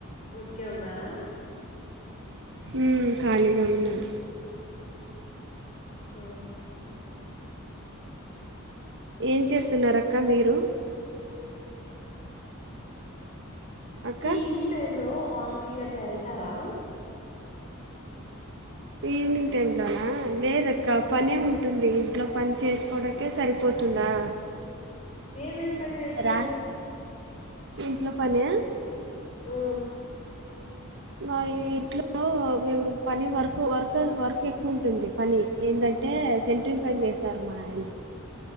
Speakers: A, on the left (about 35°); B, on the right (about 60°).
A: ఊరికే ఉన్నారా
B: ఊ ఖాళీగానే ఉన్నాను
A: ఆ
B: ఏం చేస్తున్నారు అక్క మీరు అక్క
A: ఈవినింగ్ టైమ్ లో వాకింగ్ అట్లా వెళ్తారా
B: ఈవినింగ్ టైం లోనా లేదక్క పనే
A: ఆ
B: ఉంటుంది ఇంట్లో పని చేసుకోవడానికే సరిపోతుందా
A: ఏమేం పని చేస్తారు
B: రా ఇంట్లో పనా
A: ఊ
B: మా ఇంట్లో మేము పని వర్క్ వర్క్ వర్క్ ఎక్కువ ఉంటుంది పని ఏంటంటే సెంటరింగ్ పని చేస్తారు మా ఆయన